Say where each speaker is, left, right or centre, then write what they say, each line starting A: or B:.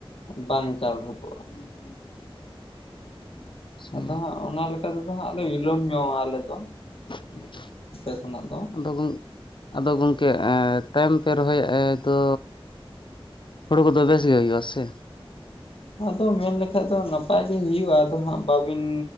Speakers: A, on the left (about 70°); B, on the left (about 55°).
A: ᱵᱟᱝ ᱪᱟᱲ ᱦᱚᱫᱚᱜᱼᱟ᱾
B: <unintelligible> ᱟᱪᱪᱷᱟ
A: ᱟᱫᱚ ᱦᱟᱸᱜ ᱚᱱᱟ ᱞᱮᱠᱟ ᱛᱮᱫᱚ ᱦᱟᱸᱜ ᱞᱮ ᱵᱤᱞᱚᱢ ᱧᱚᱜ-ᱟ ᱟᱞᱮ ᱫᱚ
B: <unintelligible>
A: ᱟᱯᱮ ᱠᱷᱚᱱᱟᱜ ᱫᱚ
B: ᱟᱫᱚ ᱜᱚᱝ ᱟᱫᱚ ᱜᱚᱝᱠᱮ ᱮᱸ ᱛᱟᱭᱚᱢ ᱯᱮ ᱨᱚᱦᱚᱭ ᱮᱜ ᱫᱚ ᱦᱩᱲᱩ ᱠᱚᱫᱚ ᱵᱮᱥ ᱜᱮ ᱦᱩᱭᱩᱜ-ᱟ ᱥᱮ
A: ᱟᱫᱚ ᱢᱮᱱ ᱞᱮᱠᱷᱟᱡ ᱫᱚ ᱱᱟᱯᱟᱭ ᱜᱮ ᱦᱩᱭᱩᱜ-ᱟ ᱟᱫᱚ ᱦᱟᱸᱜ ᱵᱟᱹᱵᱤᱱ